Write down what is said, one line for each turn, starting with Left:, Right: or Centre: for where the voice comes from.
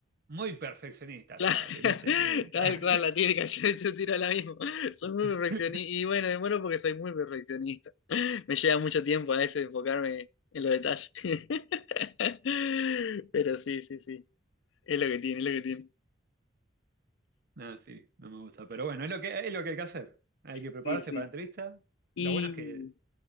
Right: muy perfeccionista,
Left: claro,
Right: dale,
Left: <laughs>
Right: no te mientas.
Left: tal cual, la típica, <laughs> yo, yo tiro la misma. Soy muy
Right: <laughs>
Left: perfeccionista y bueno, demoro porque soy muy perfeccionista. Me lleva mucho tiempo a veces enfocarme en los detalles. <laughs> Pero sí, sí, sí. Es lo que tiene, es lo que tiene.
Right: No, sí, no me gusta. Pero bueno, es lo que, es lo que hay que hacer. Hay que prepararse
Left: Sí, sí.
Right: para la entrevista.
Left: Y
Right: Lo bueno es que